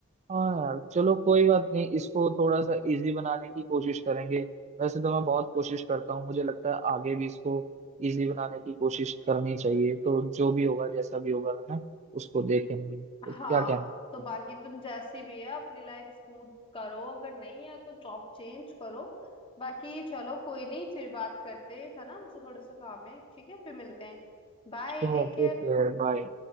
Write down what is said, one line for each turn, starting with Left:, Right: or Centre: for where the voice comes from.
Right: हाँ यार चलो कोई बात नहीं इसको थोड़ा सा इजी बनाने की कोशिश करेंगे वैसे तो मैं बहुत कोशिश करता हूँ मुझे लगता है आगे भी इसको इजी बनाने की कोशिश करनी चाहिए तो जो भी होगा जैसा भी होगा है ना उसको देखेंगे तो
Left: हाँ
Right: क्या कहना
Left: तो बाकी
Right: है
Left: तुम जैसी भी है अपनी लाइफ स्मूथ करो अगर नहीं है तो जॉब चेंज करो बाकी चलो कोई नहीं फिर बात करते हैं है ना मुझे थोड़ा सा काम है ठीक है फिर मिलते हैं Bye
Right: Sure
Left: take care
Right: okay bye